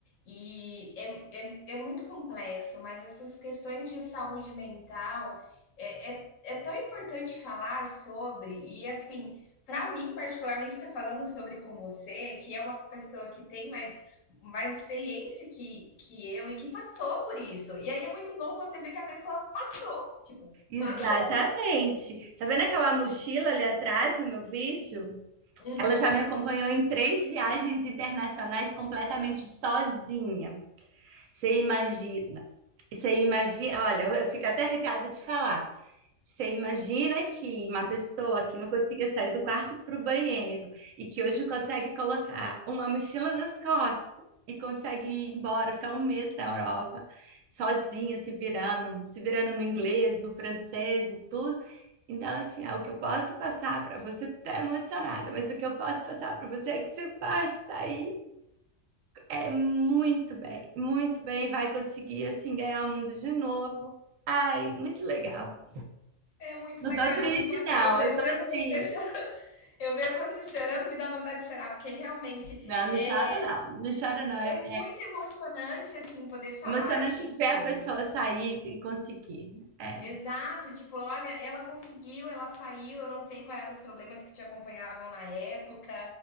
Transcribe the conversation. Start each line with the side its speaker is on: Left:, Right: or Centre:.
Left: E é é é muito complexo, mas essas questões de saúde mental é é é tão importante falar sobre e, assim, para mim particularmente estar falando sobre com você, que é uma pessoa que tem mais mais experiência que que eu e que passou por isso. E aí é muito bom você ver que a pessoa passou, tipo,
Right: Exatamente.
Left: passou.
Right: Tá vendo aquela mochila ali atrás no meu vídeo?
Left: Uhum.
Right: Ela já me acompanhou em três viagens internacionais completamente sozinha. Você imagina? Você imagina? Olha, eu eu fico até arrepiada de falar. Você imagina que uma pessoa que não conseguia sair do quarto para o banheiro e que hoje consegue colocar uma mochila nas costas e consegue ir embora, ficar um mês na Europa, sozinha, se virando, se virando no inglês, no francês e tudo. Então, assim, é o que eu posso passar para você tá emocionada, mas o que eu posso passar para você é que você vai sair é muito bem, muito bem, vai conseguir, assim, ganhar o mundo de novo. Ai, muito legal.
Left: É muito
Right: Não
Left: legal,
Right: tô
Left: é
Right: triste,
Left: muito bacana.
Right: não.
Left: Você,
Right: Eu
Left: eu,
Right: tô
Left: vendo
Right: assim.
Left: você chorando, eu vendo você chorando me dá vontade de chorar, porque realmente
Right: Não, não
Left: é,
Right: chora, não. Não chora, não.
Left: é
Right: É
Left: muito emocionante assim poder falar
Right: emocionante
Left: isso.
Right: ver a pessoa sair e conseguir. É,
Left: Exato, tipo, olha, ela conseguiu, ela saiu, eu não sei quais eram os problemas que te acompanhavam na época,